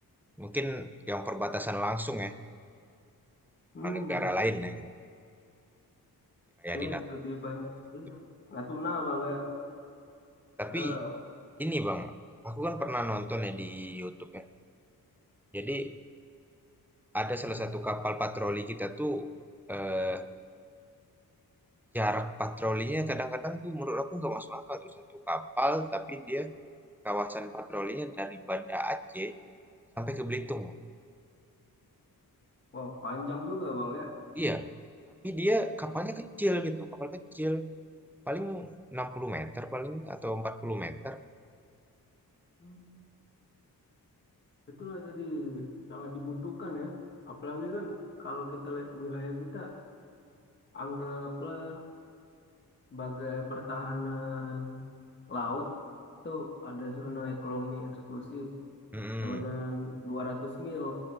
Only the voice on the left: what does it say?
hmm
iya,
lebih banyak
iya nggak tuna bang ya
karena
wow panjang juga bang ya
Hmm. Betul lah tadi sangat dibutuhkan ya. Apalagi kan kalau kita lihat wilayah kita, anggaplah sebagai pertahanan laut itu ada zona ekonomi eksklusif,
tabanan 200 mil